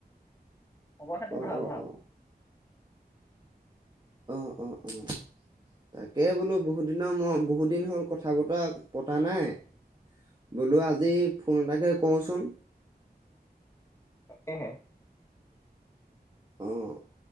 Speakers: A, on the left; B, on the right.
A: খবৰ-খাতি
B: অ',
A: ভাল,
B: অ',
A: ভাল।
B: অ'। অ', অ', অ'। তাকে বোলো বহুতদিনৰ মই, বহুতদিন হ'ল কথা-বতৰা পতা নাই বোলো আজি ফোন এটাকে কৰোচোন।
A: তাকে হে।
B: অ',